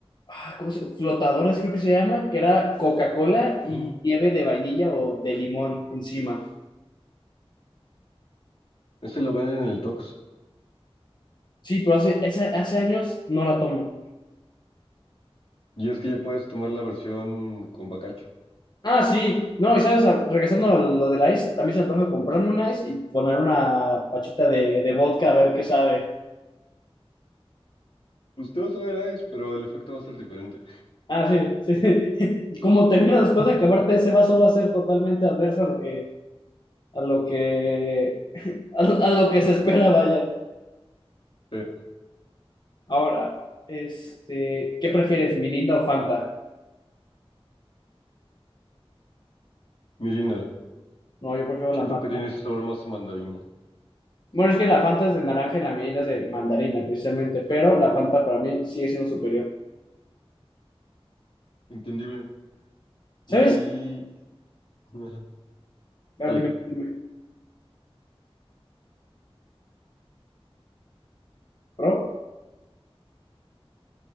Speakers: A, on the left (about 45°); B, on the left (about 65°).
A: ah, ¿cómo se- Flotadores creo que se llaman, que era Coca-Cola
B: Ujú.
A: y nieve de vainilla o de limón encima.
B: Ese lo venden en el Tox.
A: Sí, pero hace, esa- hace años no la tomo.
B: Y es que ya puedes tomar la versión con bacacho.
A: Ah, sí, no, y sabes, a- regresando a lo del ice, también se me antoja comprarme un ice y poner una pachita de, de vodka a ver qué sabe.
B: Pues te vas a ver Ice, pero el efecto va a ser diferente.
A: Ah, sí, sí. <laughs> Como termina después de acabarte ese vaso va a ser totalmente adverso a lo que, a lo que, <laughs> a, lo a lo que se espera, vaya.
B: Sí,
A: Ahora, este, ¿qué prefieres, Mirinda o Fanta?
B: Mirinda.
A: No, yo prefiero
B: Siento
A: la Fanta.
B: que tiene ese sabor más a mandarina.
A: Bueno, es que la Fanta es de naranja y la Mirinda es de mandarina, precisamente, pero la Fanta para mí sigue siendo superior.
B: Entendible.
A: ¿Sabes?
B: Y... ajá,
A: A
B: Dale.
A: ver, dime, dime, ¿Pro?